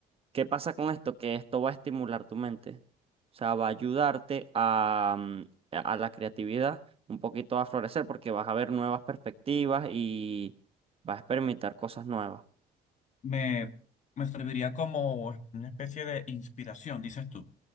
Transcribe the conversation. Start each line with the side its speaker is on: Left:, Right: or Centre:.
Right: ¿Qué pasa con esto? Que esto va a estimular tu mente. O sea, va a ayudarte a, mm, a la creatividad un poquito a florecer porque vas a ver nuevas perspectivas y vas a experimentar cosas nuevas.
Left: Me, me serviría como una especie de inspiración, dices tú.